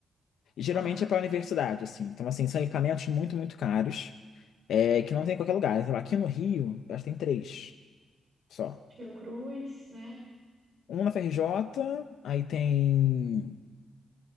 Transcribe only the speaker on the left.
E geralmente
é para universidade,
assim. Então, assim, são equipamentos muito, muito caros, é, que não tem em qualquer lugar. Sei lá, Aqui no Rio, eu acho que tem três só.
Um na FRJ, aí tem